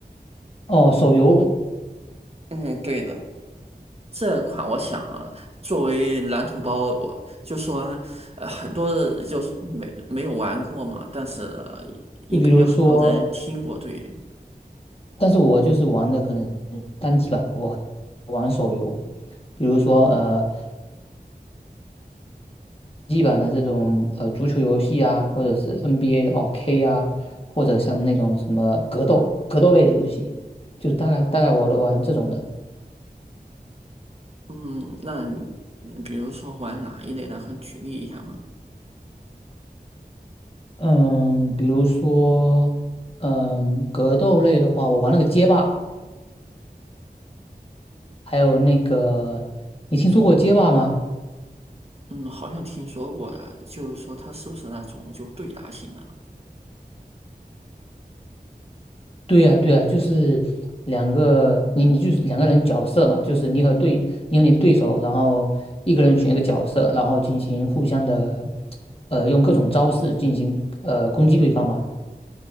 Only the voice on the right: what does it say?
嗯，对的。这款我想啊作为男同胞，我就说，呃，很多人就是没没有玩过嘛，但是呃应该有很多人听过，
对，
嗯，那你嗯比如说玩哪一类的，很举例一下嘛，
嗯，好像听说过呀，就是说它是不是那种就对答型的？